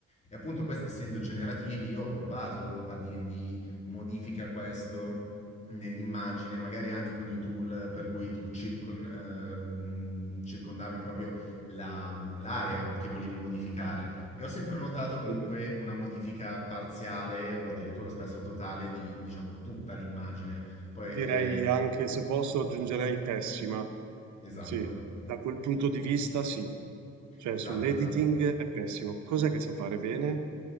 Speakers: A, on the left; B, on the right.
A: E appunto questi essendo generativi, io ho provato a dirgli modifica questo nell'immagine, magari anche con i tool per cui tu circon- ehm, circondavi proprio la- l'area che volevi modificare. E ho sempre notato comunque
B: Mhm.
A: una modifica parziale o addirittura spesso totale di, diciamo, tutta l'immagine. Poi
B: Direi
A: è...
B: anche, se posso, aggiungerei pessima.
A: Esatto,
B: Sì, da quel punto di vista sì. Cioè,
A: esatto,
B: sull'editing
A: esatto.
B: è pessimo. Cos'è che sa fare bene?